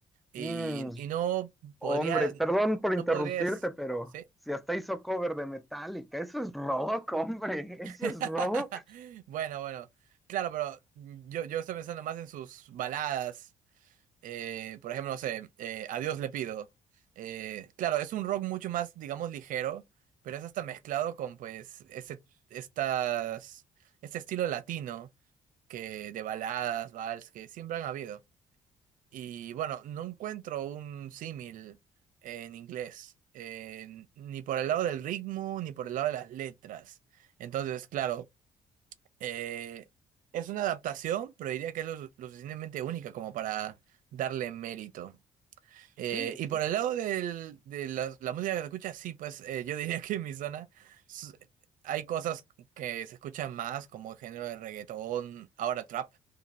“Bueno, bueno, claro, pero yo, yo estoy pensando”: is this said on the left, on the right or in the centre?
Right